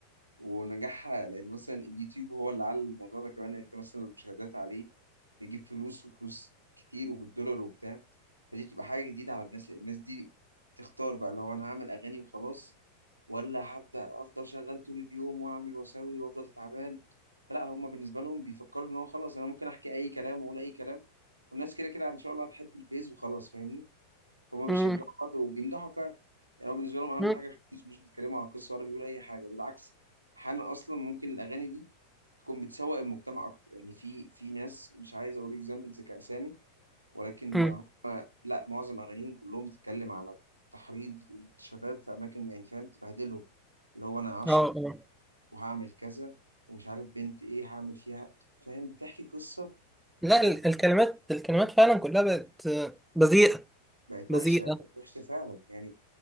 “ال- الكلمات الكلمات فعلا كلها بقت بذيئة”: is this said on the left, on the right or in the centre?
Centre